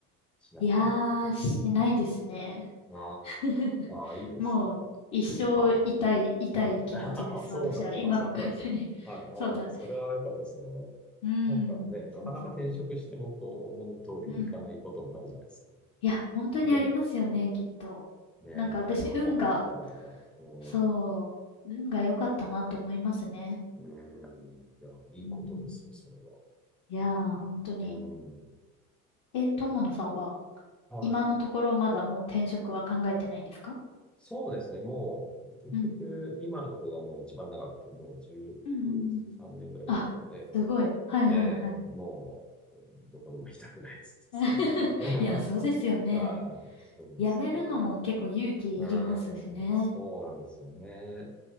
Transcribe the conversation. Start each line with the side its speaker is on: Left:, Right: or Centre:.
Centre: しなくていい感じです。
Left: いやー、しないですね。
Centre: あー
Left: <laughs>
Centre: あー、いいですね。
Left: もう、一生痛い、
Centre: は
Left: 痛い気持ちです。
Centre: い。はい。<laughs> そうなんですよ。
Left: 私は、今の会社に。
Centre: あ、そこはです。
Left: <laughs>
Centre: はい。
Left: そうなんです。
Centre: ああ、それは良かったですね。
Left: うん。
Centre: なんかね、なかなか転職してもこう思う通りにいかないこともあるじゃないですか。
Left: そうそうそう。うん。いや、本当にありますよね、
Centre: ねえ、
Left: きっと。
Centre: ねえ、
Left: なんか私、
Centre: 前の方が良かったとか、
Left: 運が、
Centre: うん、
Left: そう、運が良かったなと思いますね。
Centre: うん、いや、いいことですよ、
Left: うんうん。
Centre: それは。
Left: いやー、本当に。
Centre: うん、うん
Left: え、友野さんは、
Centre: はい。
Left: 今のところまだもう転職は考えてないですか
Centre: そうですね、もう、結局、
Left: うん。
Centre: 今のところがもう一番長くて、もう10
Left: うんうんうん
Centre: 3年ぐらいですけど、
Left: あ、
Centre: え
Left: すごい。はいはいはい。
Centre: え、ええ、もう、どこにも行きたくないですね、さすがに。
Left: <laughs> いや、
Centre: <laughs>
Left: そうですよね。
Centre: はい、そうですね。
Left: やめるのも結構勇気いりますしね。
Centre: うーん、そうなんですよね。